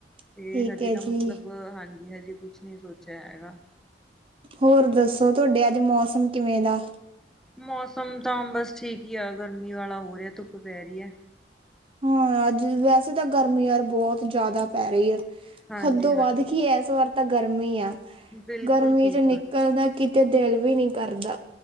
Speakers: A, in the centre; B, on the right (about 30°).
A: ਤੇ
B: ਠੀਕ
A: ਹਜੇ
B: ਹੈ
A: ਤਾਂ ਮਤਲਬ
B: ਜੀ,
A: ਹਾਂਜੀ ਹਜੇ ਕੁਛ, ਨੀ ਸੋਚਿਆ ਹੈਗਾ।
B: ਹੋਰ ਦੱਸੋ ਤੁਹਾਡੇ ਅੱਜ ਮੌਸਮ ਕਿਵੇਂ ਦਾ?
A: ਮੌਸਮ ਤਾਂ ਬਸ ਠੀਕ ਹੀ ਆ, ਗਰਮੀ ਵਾਲਾ ਹੋ ਰਿਹਾ ਧੁੱਪ ਪੈ ਰਹੀ ਹੈ।
B: ਹਾਂ, ਅੱਜ ਵੈਸੇ ਤਾਂ ਗਰਮੀ ਯਾਰ ਬਹੁਤ ਜ਼ਿਆਦਾ ਪੈ ਰਹੀ ਹੈ।
A: ਹਾਂਜੀ
B: ਹੱਦੋਂ
A: ਹਾਂਜੀ
B: ਵੱਧ ਕੀ ਇਸ ਵਾਰ ਤਾਂ ਗਰਮੀ ਆ।
A: ਬਿਲਕੁਲ-ਬਿਲਕੁਲ।
B: ਗਰਮੀ ਚ' ਨਿਕਲਦਾ ਕਿ‌ ਤੇ ਦਿਲ ਵੀ ਨਹੀਂ ਕਰਦਾ।